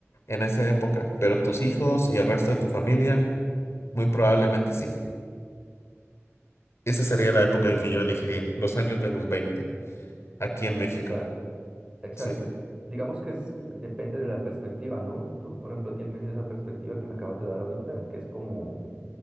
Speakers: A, on the left; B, on the right.
A: en esa época, pero tus hijos y el resto de tu familia muy probablemente sí. Esa sería la época que yo elegiría, los años de los 20, aquí en
B: Es
A: México.
B: verdad, exacto.
A: Sí.
B: Digamos que es- depende de la perspectiva, ¿no? Tú, por ejemplo, tienes esa perspectiva que me acabas de dar ahorita, que es como